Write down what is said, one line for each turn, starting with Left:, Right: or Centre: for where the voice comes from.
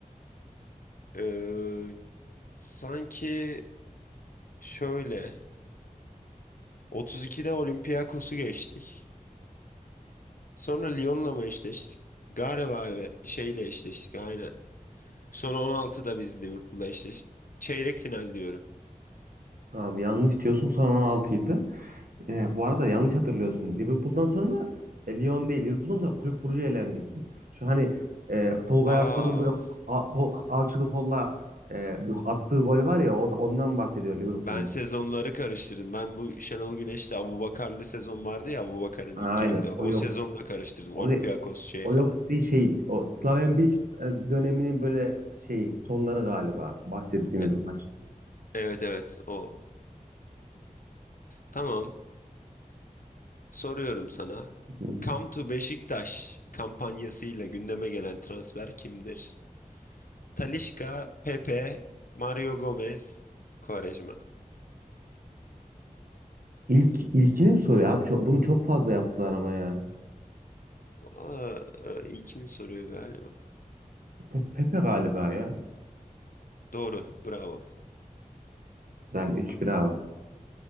Left: Ee, sanki şöyle. 32'de Olympiakos'u geçtik. Sonra Lyon'la mı eşleştik? Galiba evet, şeyle eşleştik aynen. Sonra 16'da biz Liverpool'la eşleştik. Çeyrek final diyorum.
Right: Abi yanlış diyorsun son 16'ydı. Ee, bu arada yanlış hatırlıyorsun. Liverpool'dan sonra e, Lyon değil. Liverpool'dan sonra Kulüp Brugge'ye elendik biz. Şu hani e, Tolga
Left: Aa,
Right: Arslan'ın böyle a- kol- alçılı kolla e, bir attığı gol var ya o da- ondan bahsediyor Liverpool'un.
Left: ben sezonları karıştırdım. Ben bu Şenol Güneş'le Abubakar'lı sezon vardı ya Abubakar'ın
Right: Ha,
Left: ilk geldi.
Right: Aynen. O
Left: O
Right: yok.
Left: sezonla karıştırdım.
Right: O,
Left: Olympiakos
Right: de-
Left: şey
Right: o
Left: falan.
Right: yok değil şey. O Slaven Bilic e, döneminin böyle şey sonları galiba bahsettiğimiz
Left: E-
Right: maç.
Left: evet evet o. Tamam soruyorum sana.
Right: Hı hı.
Left: Come to Beşiktaş kampanyasıyla gündeme gelen transfer kimdir? Talisca, Pepe, Mario Gomez, Quaresma.
Right: İlk ilkini mi soruyor abi? Çok, bunu çok fazla yaptılar ama ya.
Left: Aa, e, ilkini soruyor galiba.
Right: Pe- Pepe galiba ya.
Left: Doğru, bravo.
Right: Güzel üç 1 abi.